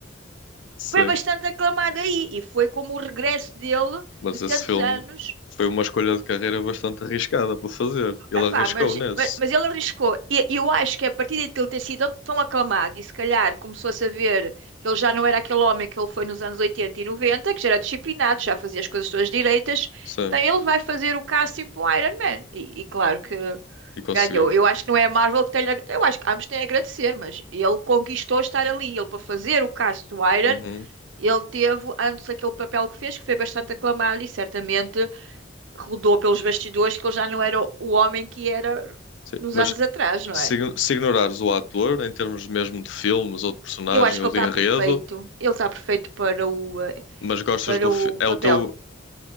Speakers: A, on the left (about 70°); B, on the right (about 75°).
A: Sim,
B: Foi bastante
A: sim.
B: aclamado aí e foi como o regresso dele
A: Mas
B: de
A: esse
B: tantos
A: filme
B: anos
A: foi uma escolha de carreira bastante arriscada para fazer. Ele
B: Epá,
A: arriscou
B: mas,
A: nesse.
B: mas, mas ele arriscou. E e eu acho que a partir de ele ter sido tão aclamado e se calhar começou a saber que ele já não era aquele homem que ele foi nos anos 80 e 90, que já era disciplinado, já fazia as coisas todas direitas,
A: Sim,
B: então ele vai fazer o casting para o Iron Man. E, e claro que
A: e conseguiu.
B: ganhou. Eu acho que não é a Marvel que tem. Eu acho que ambos têm a agradecer, mas ele conquistou estar ali. Ele, para fazer o casting do Iron,
A: Uhum.
B: ele teve antes aquele papel que fez, que foi bastante aclamado e certamente rodou pelos bastidores que ele já não era o homem que era
A: Sim.
B: nos
A: Mas
B: anos atrás, não
A: se,
B: é?
A: se ignorares o ator, em termos mesmo de filmes ou de personagem
B: Eu acho
A: ou
B: que ele
A: de
B: está
A: enredo,
B: perfeito. Ele está perfeito para o, eh,
A: mas gostas
B: para
A: do
B: o
A: filme. É
B: papel.
A: o teu.